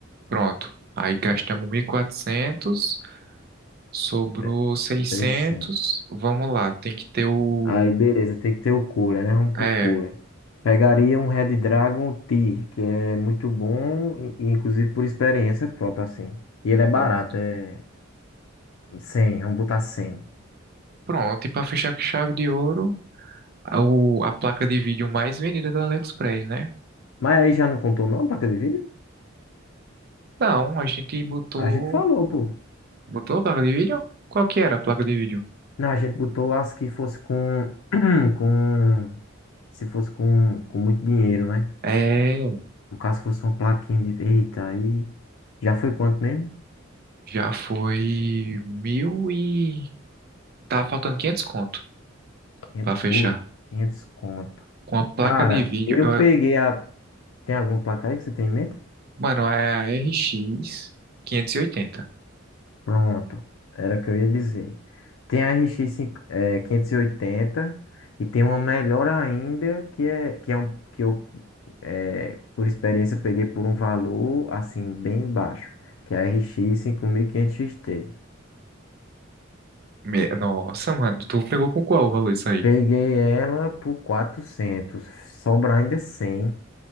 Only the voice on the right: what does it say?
Pronto. Aí gastamos mil e quatrocentos sobrou
seiscentos
Vamos lá, tem que ter o.
É,
pronto.
Pronto, e para fechar com chave de ouro, a, o- a placa de vídeo mais vendida do AliExpress, né?
Não, a gente botou.
Botou a placa de vídeo? Qual que era a placa de vídeo?
É,
já foi mil e. Tá faltando 500 conto
pra fechar.
Com a placa
de vídeo,
eu-
mano, é a R X quinhentos e oitenta
Me- Nossa, mano, tu pegou com qual o valor isso aí?